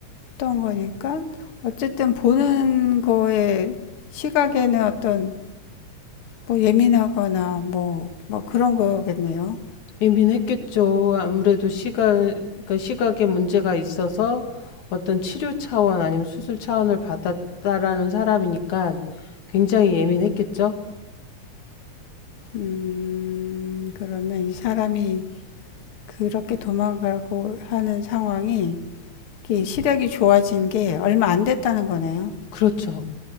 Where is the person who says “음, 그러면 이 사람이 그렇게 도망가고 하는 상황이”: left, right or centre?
Left